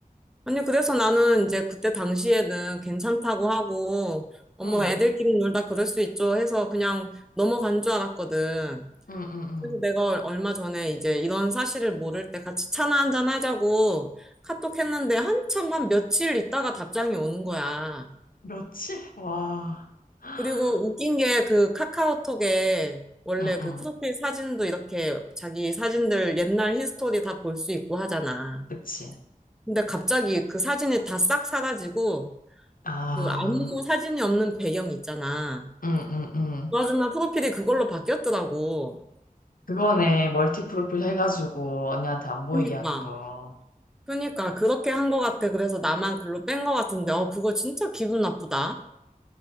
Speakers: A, in the centre; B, on the left.
A: 아니, 그래서 나는 이제 그때 당시에는 괜찮다고 하고, 어머,
B: 음,
A: 애들끼리 놀다 그럴 수 있죠 해서 그냥 넘어간 줄 알았거든.
B: 음, 음, 음.
A: 그래서 내가 얼- 얼마 전에 이제 이런 사실을 모를 때 같이 차나 한잔 하자고 카톡 했는데 한참 한 며칠 있다가 답장이 오는 거야.
B: 며칠? 와. <laughs>
A: 그리고 웃긴 게 그 카카오톡에 원래
B: 음,
A: 그
B: 음.
A: 프로필 사진도 이렇게 자기 사진들 옛날 히스토리 다 볼 수 있고 하잖아.
B: 그치.
A: 근데 갑자기 그 사진이 다 싹 사라지고,
B: 아,
A: 그 아무 사진이 없는 배경 있잖아.
B: 응응응
A: 그 아줌마 프로필이 그걸로 바뀌었더라고.
B: 그거네. 멀티 프로필 해가지고 언니한테 안 보이게
A: 그니까.
B: 하는 거.
A: 그니까 그렇게 한 것 같아. 그래서 나만 글로 뺀 것 같은데, 어, 그거 진짜 기분 나쁘다.